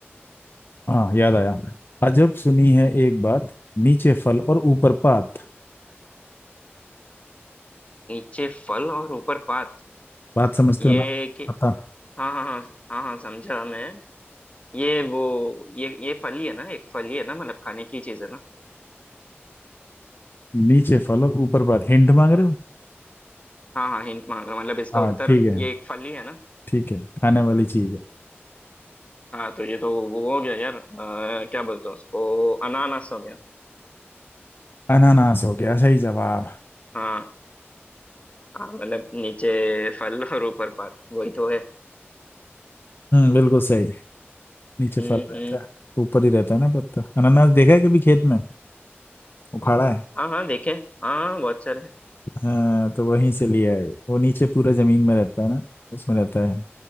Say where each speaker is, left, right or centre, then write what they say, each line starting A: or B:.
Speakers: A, on the left; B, on the left.
A: हाँ याद आया अजब सुनी है एक बात नीचे फल और ऊपर पात
B: नीचे फल और ऊपर पात
A: बात समझते
B: ये
A: हो ना
B: कि
A: पता
B: हाँ हाँ हाँ हाँ हाँ समझा मैं ये वो ये ये फल ही है ना एक फल ही है ना मतलब खाने की चीज है ना
A: नीचे फल और ऊपर पात हिंट मांग रहे हो
B: हाँ हाँ हिंट मांग रहा हूँ, मतलब इसका
A: हाँ
B: उत्तर
A: ठीक है
B: ये एक फल ही है ना
A: ठीक है खाने वाली चीज है
B: हाँ तो ये तो वो हो गया यार अ, क्या बोलते हैं उसको अनानास हो गया
A: अनानास हो गया सही जवाब
B: हाँ हाँ मतलब नीचे फल और ऊपर पात वही तो है
A: हम्म बिल्कुल सही नीचे
B: हम्म
A: फल रहता
B: हम्म
A: है ऊपर ही रहता है ना पत्ता अनानास देखा है कभी खेत में उखाड़ा है
B: हाँ हाँ देखे हाँ बहुत सारे
A: हाँ तो वहीं से लिया है वो नीचे पूरा जमीन में रहता है ना उसमें रहता है